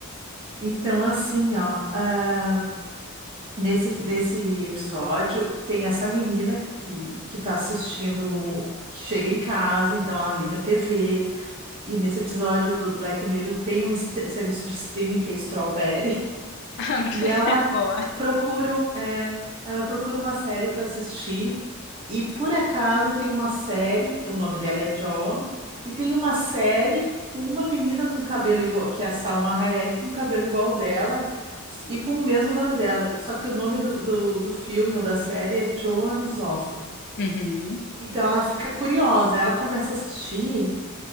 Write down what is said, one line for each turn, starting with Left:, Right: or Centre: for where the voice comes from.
Right: Então, assim, ó. ah, Nesse, nesse episódio, tem essa menina que, que tá assistindo, que chega em casa, então ela liga a TV. E nesse episódio do Black Mirror tem um est- serviço de streaming que é Strawberry.
Left: <laughs>
Right: E ela
Left: é Boa.
Right: procura, é, ela procura uma série para assistir. E por acaso tem uma série, o nome dela é John, e tem uma série com uma menina com cabelo igual, que é a Salma Hayek, com cabelo igual ao dela s- e com o mesmo nome dela. Só que o nome do, do, do filme ou da série é Joan Isoffo.
Left: Uhum.
Right: Então ela fica curiosa, ela começa a assistir